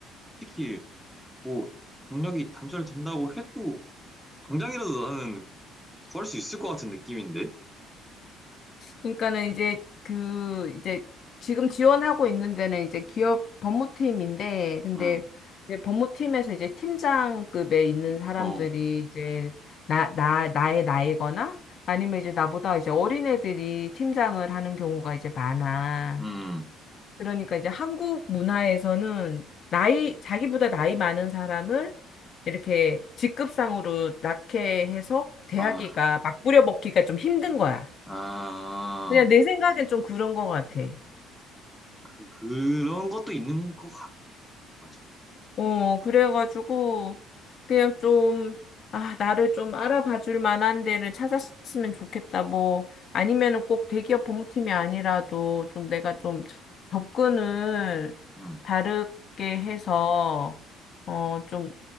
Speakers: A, in the centre; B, on the left.
A: 솔직히 뭐, 경력이 단절된다고 해도, 당장이라도 나는 구할 수 있을 것 같은 느낌인데?
B: 그러니까는 이제 그 이제 지금 지원하고 있는 데는 이제 기업 법무팀인데 근데
A: 음,
B: 이제 법무팀에서 이제 팀장급에 있는 사람들이
A: 어,
B: 이제 나, 나, 나의 나이거나 아니면 이제 나보다 이제 어린애들이 팀장을 하는 경우가 이제 많아.
A: 음,
B: 그러니까 이제 한국 문화에서는 나이, 자기보다 나이 많은 사람을 이렇게 직급상으로 낙해 해서 대하기가
A: 아,
B: 막 부려먹기가 좀 힘든 거야.
A: 아,
B: 그냥 내 생각엔 좀 그런 것 같아.
A: 그, 그런 것도 있는 것 같아. 맞아.
B: 어, 그래가지고, 그냥 좀, 아, 나를 좀 알아봐 줄 만한 데를 찾았으면 좋겠다. 뭐, 아니면은 꼭 대기업 법무팀이 아니라도 좀 내가
A: 음,
B: 좀 저- 접근을
A: 음.
B: 다르게 해서, 어, 좀